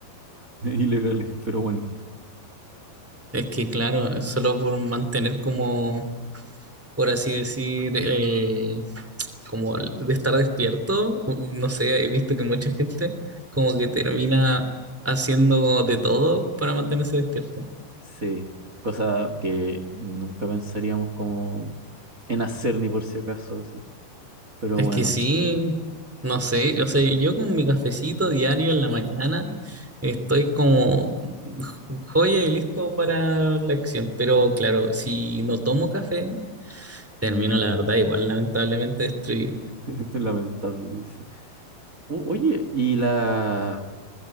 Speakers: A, on the right (about 80°); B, in the centre.
A: <laughs> ilegales, pero bueno,
B: Es que, claro, es solo por mantener como, por así decir, el, como el de estar despierto, o- no sé, he visto que mucha gente como que termina haciendo de todo para mantenerse despierto.
A: sí, cosas que nunca pensaríamos como en hacer ni por si acaso, sí. Pero
B: Es
A: bueno,
B: que sí, no sé, o sea, yo con mi cafecito diario en la mañana estoy como joya y listo para la acción, pero claro, si no tomo café, termino la verdad igual lamentablemente destruido.
A: <laughs> es lamentable. dice. O- Oye, y la,